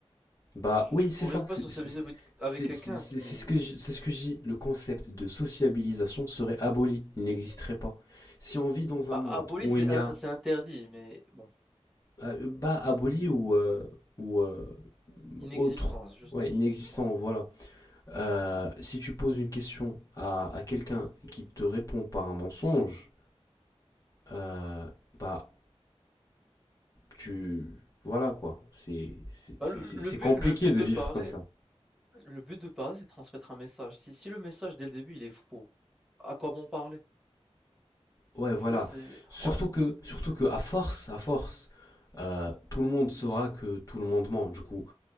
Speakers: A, on the left; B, in the centre.
A: Bah
B: Tu,
A: oui,
B: tu
A: c'est
B: pourrais
A: ça.
B: pas
A: C'est
B: sociabiliser
A: c'est-
B: avec,
A: c'est-
B: avec quelqu'un
A: c'est- c'est-
B: qui...
A: ce que je- c'est ce que je dis. Le concept de sociabilisation serait aboli. Il n'existerait pas. Si on vit dans
B: Bah,
A: un monde
B: aboli,
A: où
B: c'est
A: il y
B: un-
A: a
B: c'est interdit, mais bon,
A: euh, bah aboli ou euh, ou euh,
B: inexistant,
A: autre,
B: je dis
A: ouais,
B: inexistant.
A: inexistant, voilà. Euh, si tu poses une question à à quelqu'un qui te répond par un mensonge, euh, bah tu voilà quoi, c'est c'est
B: Bah,
A: c'est
B: le, le
A: c'est
B: but,
A: compliqué
B: le but
A: de
B: de
A: vivre
B: parler,
A: comme ça.
B: le but de parler, c'est de transmettre un message. Si, si le message dès le début, il est faux, à quoi bon parler?
A: Ouais, voilà.
B: Tu vois, c'est...
A: Surtout
B: en-
A: que surtout que à force, à force, euh, tout le monde saura que tout le monde ment. Du coup,